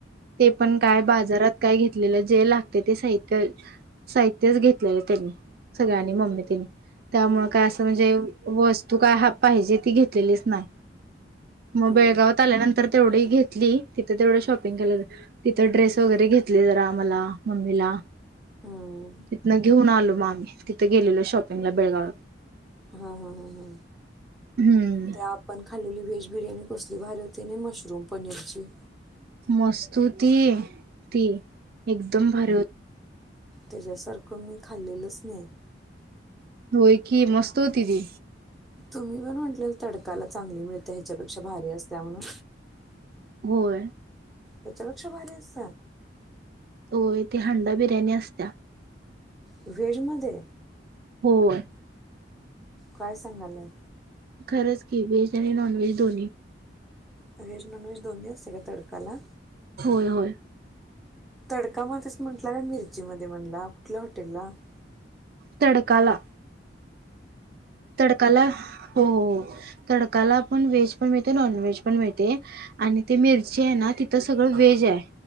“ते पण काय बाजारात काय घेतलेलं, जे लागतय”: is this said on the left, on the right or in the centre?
Right